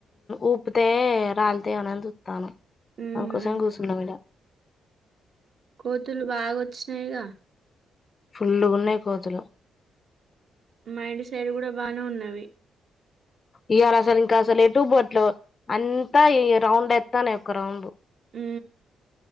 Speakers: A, on the left (about 25°); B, on the right (about 45°).
A: ఊపితే రాలితే అనని చూస్తున్న
B: హుహు.
A: అందుకోసం కూర్చున్నాం ఈడ
B: కోతులు బాగోచ్చినాయిగా
A: ఫుల్లుగున్నాయి కోతులు
B: మా ఇంటి సైడ్ కూడా బానే ఉన్నవి
A: ఇవాళ అసలు ఇంకా అసలు ఎటు బోట్లు అంతా ఈ రౌండ్ ఎస్తాను ఒకయక్క రౌండ్
B: మ్